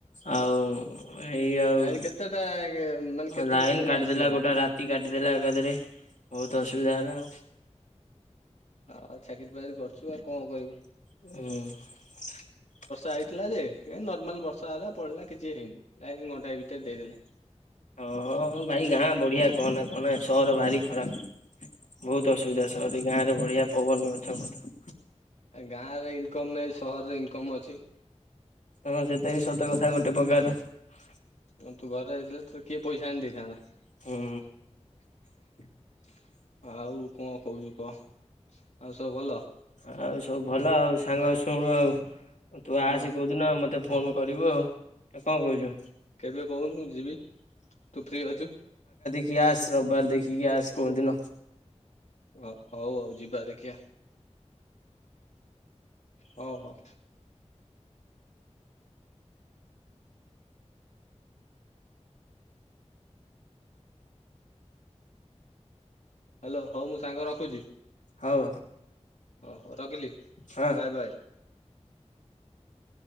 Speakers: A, on the left; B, on the left.
A: ଆଉ ଏଇ ଆଉ।
B: ଲାଇନ କେତେଟା ମାନେ କେତେ
A: ଲାଇନ୍
B: ଯାକେ
A: କାଟିଦେଲା
B: ଆସିଲାଣି?
A: ଗୋଟେ ରାତି କାଟିଦେଲା ଏକାଥରେ। ବୋହୁତୁ ଅସୁ ସୁବିଧା ହେଲା ଆଉ।
B: ଆଉ ଚାକିରି ବାକିରି କରୁଛୁ ଆଉ କଣ କରିବୁ।
A: ହୁଁ।
B: ଆଇଥିଲା ଯେ ଏ ନର୍ମାଲ୍ ବ ବର୍ଷା ହେଲା ପଳେଇଲା କିଛି ହେଇନି ଲାଇନ୍ ଘଣ୍ଟାଟାଏ ଭି ସେ ଦେଇଦେଲେ।
A: ହଁ ଭାଇ ଗାଁ ବଢିଆ କହନା କହନା ଏ ସହର ଭାରି ଖରାପ୍। ବହୁତ ଅସୁବିଧା ସହର
B: ଆ
A: ରେ ରହି ଗାଁରେ ବଢିଆ ପବନ ଗଛ ପତ୍ର
B: ଗାଁରେ ଇନକମ୍ ନାହିଁ ସହରରେ ଇନକମ୍ ଅଛି।
A: ହଁ ସେଟା ବିି ସତ କଥା ଗୋଟେ ପ୍ରକାର ର।
B: ଆ ତୁ ଘରେ ହେଇଥିଲେ ତତେ କିଏ ପଇସା ଆଣି ଦେଇଥାନ୍ତା।
A: ହୁଁ।
B: ଆଉ କଣ କହୁଛୁ କହ ଆଉ ସବୁ ଭଲ?
A: ଆଉ ସବୁ ଭଲ ଆଉ ସାଙ୍ଗ ଶୁଣୁ ଆଉ ତୁ
B: ହଁ
A: ଆସେ କଉଦିନ ମତେ ଫ ଫୋନ୍ କରିବୁ ଆଉ କଣ କଉଚୁ।
B: କେବେ କହୁନୁ ଯିବି ତୁ ଫ୍ରି ଅଛୁ।
A: କି ଆସ୍ ରବିବାର ଦେଖିକି ଆସ କୋଉଦିନ।
B: ହ ହଉ ଆଉ ଯିବା ଦେଖିଆ। ହଉ ହଉ। ହ୍ୟାଲୋ ହଉ ମୁଁ ସାଙ୍ଗ ରଖୁଚି।
A: ହଉ।
B: ଓ ହୋ ରଖିଲି।
A: ହଁ।
B: Bye bye.